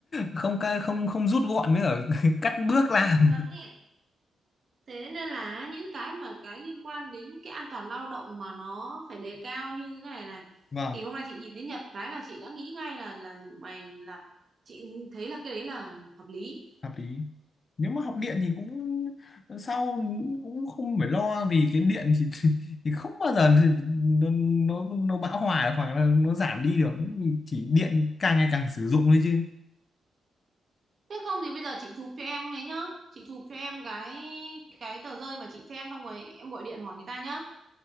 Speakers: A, on the left (about 45°); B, on the right (about 50°).
A: không ca- không không rút gọn với cả <laughs> cắt bước
B: Ừ,
A: làm.
B: đấy. Thế nên là những cái mà cái liên quan đến cái an toàn lao động mà nó phải đề cao như cái này này.
A: Vâng.
B: Thì hôm nay chị nhìn thấy Nhật cái là chị đã nghĩ ngay là là rủ mày là chị thấy là cái đấy là hợp lý.
A: hợp lý nếu mà học điện thì cũng sau cũng không phải lo vì cái điện thì <laughs> thì không bao giờ thì nó nó nó bão hòa hoặc là nó giảm đi được chỉ điện càng ngày càng sử dụng thôi chứ
B: Thế không thì bây giờ chị chụp cho em ấy nhá. Chị chụp cho em cái cái tờ rơi mà chị xem xong rồi em gọi điện hỏi người ta nhá.